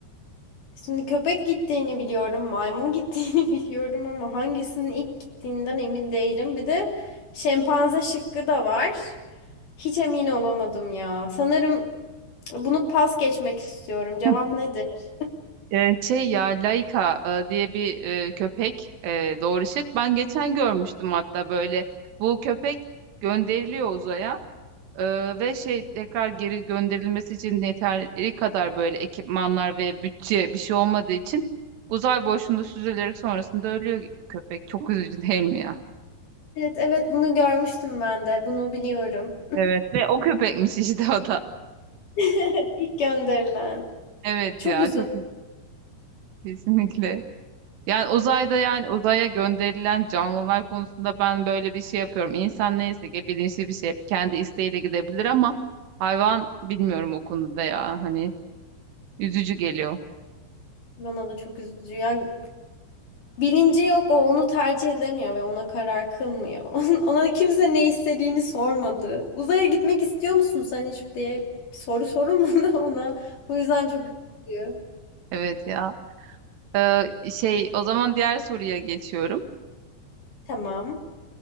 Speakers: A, on the left; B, on the right.
A: Şimdi köpek gittiğini biliyorum, maymun gittiğini <laughs> biliyorum ama hangisinin ilk gittiğinden emin değilim. Bir de şempanze şıkkı da var. Hiç emin olamadım ya. Sanırım bunu pas geçmek istiyorum. Cevap
B: Hı.
A: nedir?
B: Ee, şey ya Laika e, diye bir e, köpek e, doğrışık. Ben geçen görmüştüm hatta böyle. Bu köpek gönderiliyor uzaya. Ee, ve şey tekrar geri gönderilmesi için yeteri kadar böyle ekipmanlar ve bütçe bir şey olmadığı için uzay boşluğunda süzülerek sonrasında ölüyor köpek. Çok üzücü değil mi ya?
A: Evet, evet bunu görmüştüm ben de. Bunu biliyorum.
B: Evet ve o köpekmiş işte o da.
A: <laughs> İlk gönderilen.
B: Evet
A: Çok
B: ya
A: üzüldüm.
B: çok üz- kesinlikle. Yani uzayda yani uzaya gönderilen canlılar konusunda ben böyle bir şey yapıyorum. İnsan neyse ki bilinçli bir şey hep kendi isteğiyle gidebilir ama hayvan bilmiyorum o konuda ya hani üzücü geliyor.
A: Bana da çok üzücü ya. Bilinci yok o onu tercih edemiyor ve ona karar kılmıyor. <laughs> On- Ona kimse ne istediğini sormadı. Uzaya gitmek istiyor musun sen hiç diye bir soru sorulmadı <laughs> ona. O yüzden çok üzülüyor.
B: Evet ya. Ee, şey o zaman diğer soruya geçiyorum.
A: Tamam.